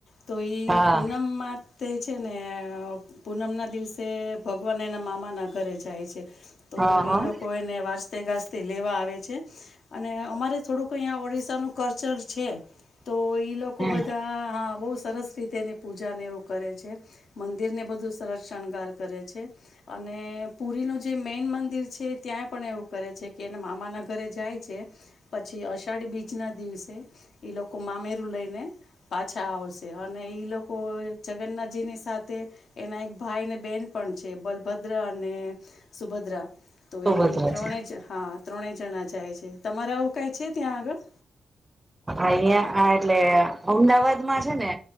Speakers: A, on the left; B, on the right.
A: તો એ
B: હા
A: પૂનમમાં તે છે, ને પૂનમ ના દિવસે ભગવાન એના મામા ના ઘરે જાય છે. તો
B: હા હા હા
A: એ લોકો એને વાજતે ગાજ તે લેવા આવે છે, અને અમારે થોડુંક અહીંયા ઓડિશાનું કલ્ચર છે. તો ઈ લોકો
B: હા
A: બધા હા બહુ સરસ રીતેને પૂજ પૂજાને એવું કરે છે, મંદિર ને બધું સરસ શણગાર કરે છે. અને પુરી નું જે મેન મંદિર છે, ત્યાં પણ એવું કરે છે, કે એ મામા મામાન ઘરે જાય છે, પછી અષાઢી બીજના દિવસે એ લોકો લોકો મામેરું લઈને પાછા આવશે અને ઈ લોકો જગન્નાથજી ની સાથે એના એક ભાઈ અને બેન પણ છે, બલભદ્ર અને સુભદ્રા. તો
B: સુભદ્રા
A: એ ત્રણે
B: છે
A: જ હા ત્રણે જણા જાય છે. તમારે આવું કઈ છે, ત્યાં આગળ?
B: અહીંયા આ એટલે અમદાવાદ માં છે, ને